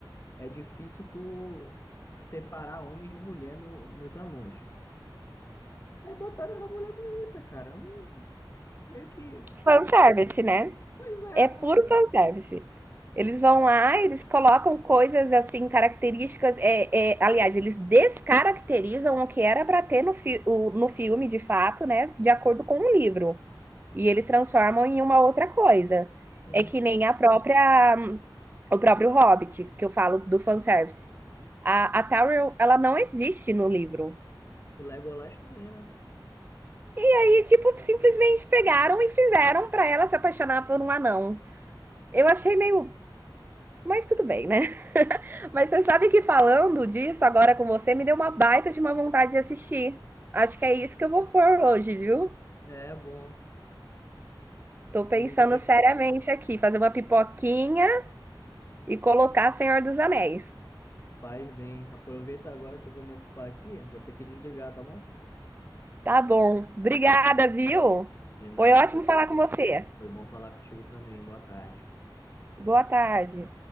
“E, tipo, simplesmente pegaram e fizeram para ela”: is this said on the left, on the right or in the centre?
Right